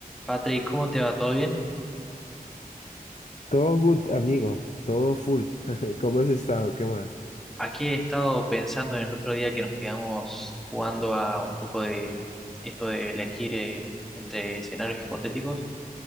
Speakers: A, in the centre; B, on the left.
A: Patrick, ¿cómo te va? ¿Todo bien?
B: Todo good, amigo, todo full. <laughs> ¿Cómo has estado? ¿Qué más?
A: Aquí he estado pensando en el otro día que nos quedamos jugando a un poco de esto de elegir eh, entre escenarios hipotéticos